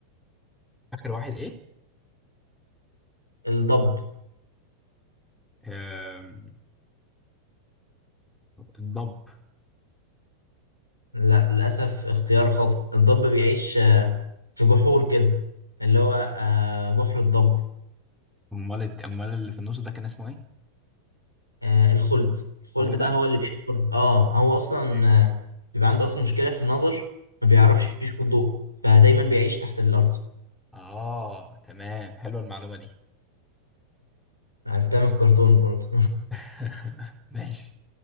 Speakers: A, in the centre; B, on the left.
A: اخر واحد ايه
B: الضب
A: أم... الضب
B: لا للأسف اختيار خاطئ الضب بيعيش آه، في جحور كده اللي هو آه، جحر الضب
A: امال الت- امال اللي في النص ده كان اسمه ايه
B: آه، الخلد الخلد
A: هو ده
B: بقى هو اللي بيحفر اه هو أصلا
A: إيه.
B: آه، بيبقى عنده أصلا مشكلة في النظر ما بيعرفش يشوف الضوء فدايما بيعيش تحت الأرض
A: اه تمام حلوه المعلومه دي
B: عرفتها من الكرتون برضه
A: <laughs> ماشي